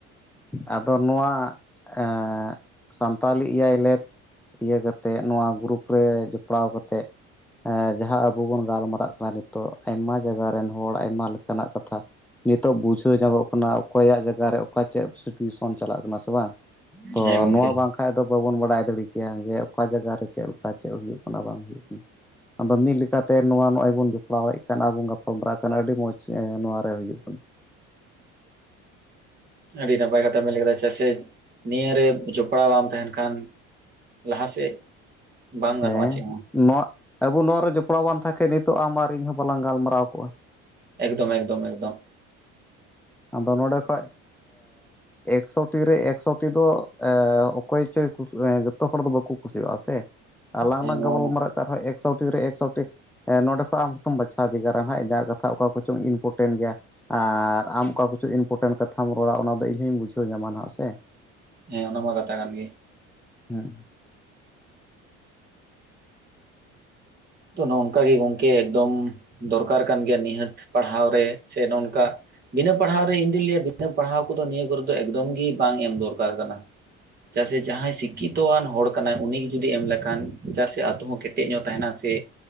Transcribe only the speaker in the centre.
ᱟᱫᱚ ᱱᱚᱣᱟ ᱮᱸ ᱥᱟᱱᱛᱟᱞᱤ ᱮᱭᱟᱭ ᱞᱮᱯ ᱤᱭᱟᱹ ᱠᱟᱛᱮᱫ ᱱᱚᱣᱟ ᱜᱨᱩᱯ ᱨᱮ ᱡᱚᱯᱲᱟᱣ ᱠᱟᱛᱮᱫ ᱮ ᱡᱟᱦᱟᱸ ᱟᱵᱚ ᱵᱚᱱ ᱜᱟᱞᱢᱟᱨᱟᱜ ᱠᱟᱱᱟ ᱱᱤᱛᱚᱜ ᱟᱭᱢᱟ ᱡᱟᱭᱜᱟ ᱨᱮᱱ ᱦᱚᱲ ᱟᱭᱢᱟ ᱞᱮᱠᱟᱱᱟᱜ ᱠᱟᱛᱷᱟ ᱾ ᱱᱤᱛᱚᱜ ᱵᱩᱡᱷᱟᱹᱣ ᱧᱟᱢᱚᱜ ᱠᱟᱱᱟ ᱚᱠᱚᱭᱟᱜ ᱡᱟᱭᱜᱟ ᱨᱮ ᱚᱠᱟ ᱪᱮᱫ <unintelligible> ᱪᱟᱞᱟᱸᱜ ᱠᱟᱱᱟ ᱥᱮ ᱵᱟᱝ
ᱱᱚᱣᱟ ᱵᱟᱝ ᱵᱟᱠᱷᱟᱡ ᱫᱚ ᱵᱟᱵᱚᱱ ᱵᱟᱲᱟᱭ ᱫᱟᱲᱮ ᱠᱮᱭᱟ ᱡᱮ ᱚᱠᱟ ᱡᱟᱭᱜᱟ ᱨᱮ ᱪᱮᱫ ᱞᱮᱠᱟ ᱪᱮᱫ ᱦᱩᱭᱩᱜ ᱠᱟᱱᱟ ᱵᱟᱝ ᱦᱩᱭᱩᱜ ᱠᱟᱱᱟ ᱾ ᱟᱫᱚ ᱢᱤᱫ ᱞᱮᱠᱟᱛᱮ ᱱᱚᱣᱟ ᱱᱚᱜᱚᱭ ᱵᱚᱱ ᱡᱚᱯᱲᱟᱣᱮᱫ ᱠᱟᱱ ᱟᱨᱵᱚᱱ ᱜᱟᱯᱟᱞᱢᱟᱨᱟᱜ ᱠᱟᱱᱟ ᱟᱹᱰᱤ ᱢᱚᱸᱡᱽ ᱱᱚᱣᱟ ᱨᱮ ᱦᱩᱭᱩᱜ ᱠᱟᱱᱟ ᱾
ᱦᱮᱸ
ᱱᱚᱣᱟ ᱟᱵᱚ ᱱᱚᱣᱟ ᱨᱮ ᱡᱚᱯᱲᱟᱣ ᱵᱟᱝ ᱛᱟᱦᱮᱸ ᱠᱷᱟᱡ ᱱᱤᱛᱚᱜ ᱟᱢ ᱟᱨ ᱤᱧᱦᱚᱸ ᱵᱟᱞᱟᱝ ᱜᱟᱞᱢᱟᱨᱟᱣ ᱠᱚᱜ-ᱟ ᱾
ᱟᱫᱚ ᱱᱚᱸᱰᱮ ᱠᱷᱚᱡ ᱮᱠᱥᱚᱴᱤ ᱨᱮ ᱮᱠᱥᱚᱴᱤ ᱫᱚ ᱮ ᱚᱠᱚᱭ ᱪᱚᱭ ᱡᱚᱛᱚ ᱦᱚᱲ ᱫᱚ ᱵᱟᱠᱚ ᱠᱩᱥᱤᱣᱟᱜ-ᱟ ᱥᱮ ᱾ ᱟᱞᱟᱝ
ᱞᱟᱝ
ᱜᱟᱞᱢᱟᱨᱟᱜ
ᱠᱟᱱ ᱨᱮᱦᱚᱸ ᱮᱠᱥᱚᱴᱤ ᱨᱮ ᱮᱠᱥᱚᱴᱤ ᱱᱚᱸᱰᱮ ᱠᱷᱚᱱᱚᱡ ᱟᱢ ᱦᱚᱸᱚᱛᱚᱢ ᱵᱟᱪᱷᱟᱣ ᱵᱷᱮᱜᱟᱨᱟ ᱦᱟᱸᱜ ᱤᱧᱟᱹᱜ ᱠᱟᱛᱷᱟ ᱚᱠᱟ ᱠᱚᱪᱚᱝ ᱤᱢᱯᱨᱚᱴᱮᱱᱴ ᱜᱮᱭᱟ, ᱟᱨ ᱟᱢ ᱚᱠᱟ ᱠᱤᱪᱷᱩ ᱤᱱᱯᱚᱴᱮᱱᱴ ᱠᱟᱛᱷᱟ ᱨᱚᱲ ᱚᱱᱟ ᱤᱧ ᱦᱚᱸ ᱵᱩᱡᱷᱣ ᱧᱟᱢᱟ ᱦᱟᱸᱜ ᱥᱮ ᱾
ᱦᱮᱸ᱾